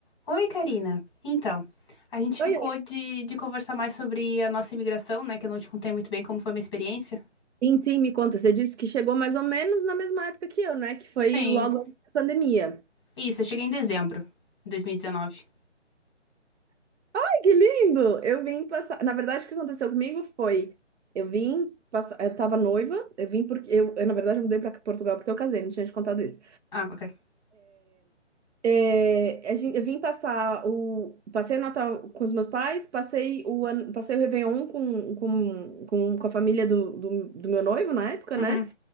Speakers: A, on the left; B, on the right.
A: Oi, Karina. Então, a gente
B: Oi,
A: ficou
B: oi.
A: de, de conversar mais sobre a nossa imigração, né? Que eu não te contei muito bem como foi a minha experiência.
B: Sim, sim, me conta. Você disse que chegou mais ou menos na mesma época que eu, né? Que foi
A: Sim.
B: logo antes da pandemia.
A: Isso, eu cheguei em dezembro de 2019.
B: Ai, que lindo! Eu vim passar. Na verdade, o que aconteceu comigo foi: eu vim passar. Eu tava noiva, eu vim porque. Eu, eu, na verdade, eu mudei pra Portugal porque eu casei, não tinha te contado isso.
A: Ah, ok.
B: É, a gente, eu vim passar o. Passei o Natal com os meus pais, passei o, ano, passei o Réveillon com, com, com, com a família do, do, do meu noivo na época,
A: Uhum.
B: né?